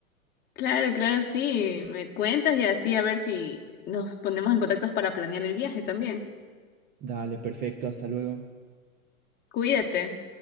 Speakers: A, on the left; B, on the right.
A: Claro, claro, sí. Me cuentas y así a ver si nos ponemos en contacto para planear el viaje también.
B: Dale, perfecto, hasta luego.
A: Cuídate.